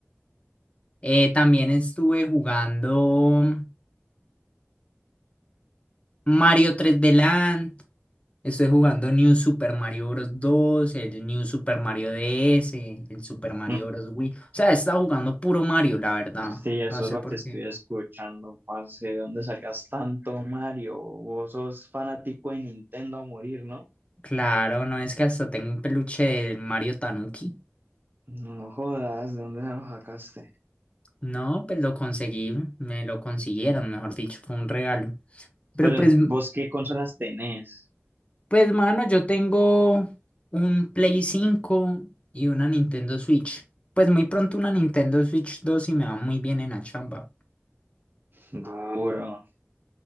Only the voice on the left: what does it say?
Eh, también estuve jugando Mario tres d Land. Estoy jugando New Super Mario Bros. 2, el New Super Mario DS, el Super Mario
Bros. Wii. O sea, he estado jugando puro Mario, la verdad.
No sé
por
qué.
Claro, no es que hasta tengo un peluche del Mario Tanuki.
No, pues lo conseguí, me lo consiguieron, mejor dicho, fue un regalo. Pero
pues,
pues mano, yo tengo un Play 5 y una Nintendo Switch. Pues muy pronto una Nintendo Switch 2 y me va muy bien en la chamba.